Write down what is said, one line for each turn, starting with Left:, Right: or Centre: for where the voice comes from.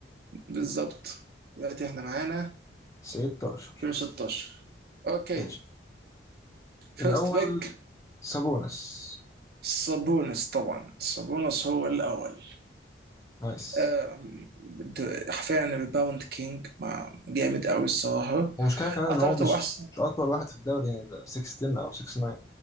Right: بالظبط دلوقتي احنا معانا
Left: 16
Right: 2016 اوكي
Left: ماشي
Right: فيرست
Left: الاول
Right: باك
Left: سابونس
Right: سابونس طبعا سابونس هو الاول
Left: نايس
Right: آم، د- حرفيا باوند كينج مع جامد قوي الصراحه
Left: ومشكله كمان ان
Right: اعتقد
Left: هو مش
Right: هو احسن
Left: مش اطول واحد في الدوري يعني ده 16 او 69